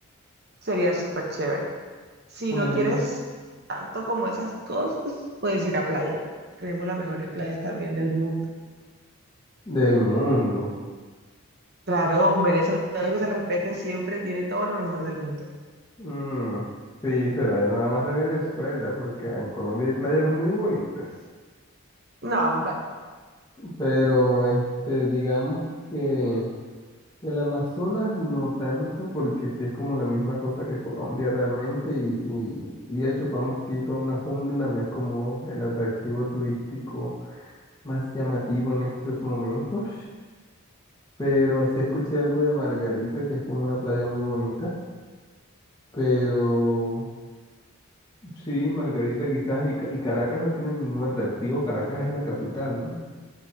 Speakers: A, on the right; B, on the left.
A: Sería súper chévere. Si
B: Pues
A: no quieres tanto como esas cosas, puedes ir a playa. Tenemos las mejores playas también del mundo.
B: del mundo.
A: Claro, un venezolano que se respete siempre tiene todo lo mejor del mundo.
B: Mm, sí, será nada más de Venezuela, porque en Colombia hay playas muy bonitas.
A: No, hombre.
B: Pero este, digamos que el Amazonas no tanto, porque sí es como la misma cosa que Colombia realmente, y, y, y a Chupamosquito, a una jungla, no es como el atractivo turístico más llamativo en estos momentos. Pero sí escuché algo de Margarita, que es como una playa muy bonita, pero. Sí, Margarita quizás y, Ca- y Caracas no tiene ningún atractivo, Caracas es la capital, ¿no?